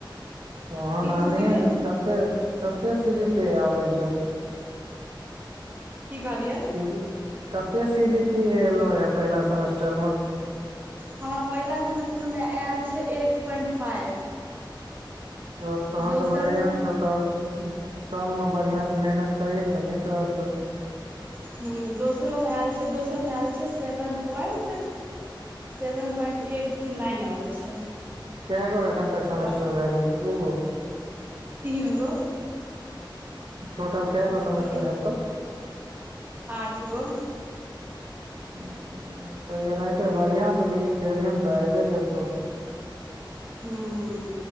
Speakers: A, on the right; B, on the right.
A: ओहन
B: ई
A: अने
B: खुशीके
A: कते कते सी जी पे आबे छौ
B: की कहलियऐै
A: सी जी कते सी जी पी एलो रहै पहिला सेमेस्टर मे
B: हमरा पहिला सेमेस्टरमे आयल छै एट पॉइंट फाइव
A: तहन
B: दोसर
A: तऽ बढ़िया छौ तब सबमे बढ़िया से मेहनत करिह ने तऽ नीक रहतौ
B: हूं दोसरोमे आयल छै दोसरमे आयल छै seven point seven point eight की नाइन आयल छै
A: कएगो एखन तक
B: आओर
A: सेमेस्टर भए गेल दूगो
B: तीन गो
A: टोटल के गो सेमेस्टर
B: ई
A: हेतौ
B: आठगो
A: <inaudible> तऽ एनाहिते बढ़िआं से लिख के एबही ने तऽ अऐबे जेतौ
B: हूं